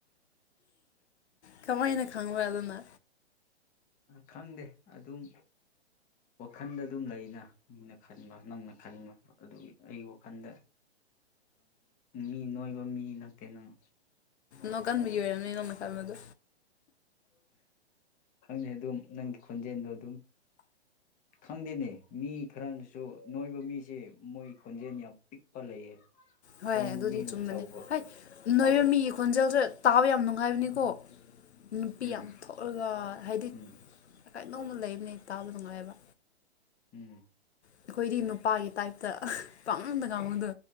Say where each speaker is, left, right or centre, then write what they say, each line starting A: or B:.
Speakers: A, on the left (about 75°); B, on the left (about 25°).
A: ꯀꯃꯥꯏꯅ ꯈꯪꯕ ꯑꯗꯨꯅ
B: ꯈꯪꯗꯦ ꯑꯗꯨꯝ ꯋꯥꯈꯜꯗ ꯑꯗꯨꯝ ꯂꯩꯅ ꯃꯤꯅ ꯈꯟꯕ ꯅꯪꯅ ꯈꯟꯕ ꯑꯗꯨ ꯑꯩꯒꯤ ꯋꯥꯈꯜꯗ ꯃꯤ ꯅꯣꯏꯕ ꯃꯤ ꯅꯠꯇꯦ ꯅꯪ
A: ꯅꯣ ꯀꯟꯕꯒꯤ ꯑꯣꯏꯔꯝꯅꯦ ꯅꯣꯡꯃꯜꯕꯗꯣ
B: ꯈꯪꯉꯦ ꯑꯗꯨꯝ ꯅꯪꯒꯤ ꯈꯣꯟꯖꯦꯜꯗꯣ ꯑꯗꯨꯝ ꯈꯪꯗꯦꯅꯦ ꯃꯤ ꯈꯔꯅꯁꯨ ꯅꯣꯏꯕ ꯃꯤꯁꯦ ꯃꯣꯏ ꯈꯣꯟꯖꯦꯜ ꯌꯥꯝ ꯄꯤꯛꯄ ꯂꯩꯌꯦ
A: ꯍꯣꯏ
B: ꯀꯪꯕ
A: ꯑꯗꯨꯗꯤ
B: ꯃꯤꯅ
A: ꯆꯨꯝꯕꯅꯤ
B: ꯆꯥꯎꯕ
A: ꯍꯣꯏ ꯅꯣꯏ ꯃꯤꯒꯤ ꯈꯣꯟꯖꯦꯜꯗ ꯇꯥꯕ ꯌꯥꯝ ꯅꯨꯡꯉꯥꯏꯕꯅꯤꯀꯣ ꯅꯨꯄꯤ
B: ꯎꯝ
A: ꯌꯥꯝ ꯊꯣꯛꯑꯒ ꯍꯥꯏꯗꯤ
B: ꯎꯝ
A: ꯀꯩꯅꯣꯃ ꯂꯩꯕꯅꯦ ꯇꯥꯕ ꯅꯨꯡꯉꯥꯏꯑꯕ
B: ꯎꯝ
A: ꯑꯩꯈꯣꯏꯗꯤ ꯅꯨꯄꯥꯒꯤ ꯇꯥꯏꯞꯇ ꯄꯥꯡꯉꯗ ꯀꯥꯡꯉꯨꯗꯣ
B: ꯑꯦ